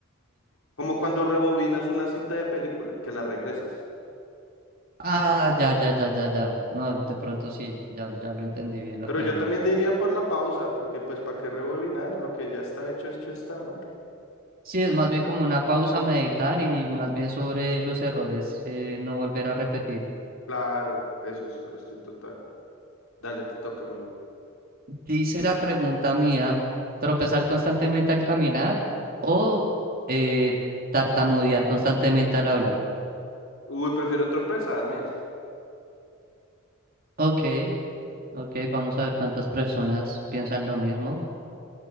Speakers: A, on the left; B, on the right.
A: Como cuando rebobinas una cinta de película, que la regresas.
B: Ah, ya, ya, ya, ya, ya.
A: Sí.
B: No, de pronto sí, ya, ya lo entendí bien la
A: Pero
B: pregunta.
A: yo también diría por la pausa, porque pues ¿para qué rebobinar? Lo que ya está hecho, hecho está, ¿no?
B: Sí, es más bien como una pausa, meditar y más bien sobre los errores, eh, no volver a repetir.
A: Claro, eso está, estoy total. Dale, te toca, mi bro.
B: Dice la pregunta mía, tropezar constantemente al caminar o eh, tartamudear constantemente al hablar.
A: Uy, prefiero tropezarme.
B: Ok, ok, vamos a ver cuántas personas piensan lo mismo.